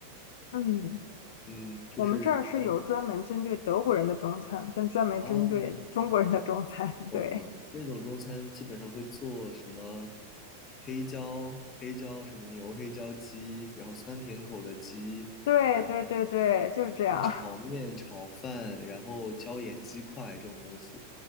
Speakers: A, on the left (about 55°); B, on the left (about 25°).
A: 嗯，
B: 嗯，就是一般
A: 我们这儿是有专门针对德国人的中餐，跟专门针对中国人的中餐。
B: 啊。
A: <laughs>
B: 懂了，
A: 对，
B: 那种中餐基本上会做什么黑椒、黑椒什么牛黑椒鸡，然后酸甜口的鸡，
A: 对对对对，
B: 然后
A: 就是这样。
B: 那炒面、
A: <laughs>
B: 炒饭，然后椒盐鸡块这种东西。